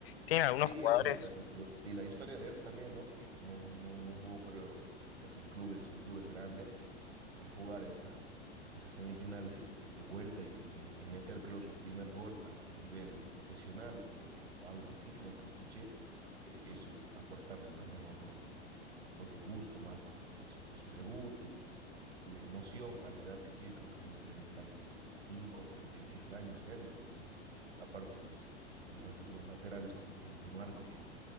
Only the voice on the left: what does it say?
Tiene algunos
jugadores.